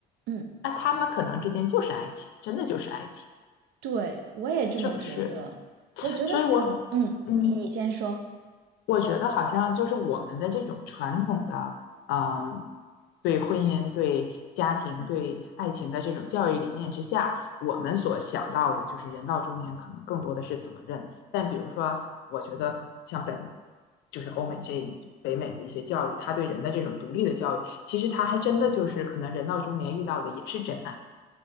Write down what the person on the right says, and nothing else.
嗯，
对，我也这么觉得。
我觉得反，
嗯，
你你先说。